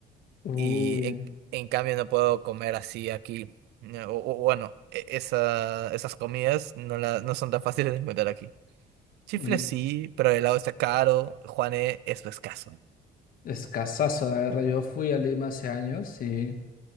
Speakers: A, on the left (about 55°); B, on the right (about 80°).
A: Uy,
B: Y en, en cambio no puedo comer así aquí. No, O, o bueno, e- esa, esas comidas no, la, no son tan fáciles de encontrar aquí. Chifles
A: mm,
B: sí, pero el helado está caro, juanes es escaso.
A: escasazo, la verdad. Yo fui a Lima hace años y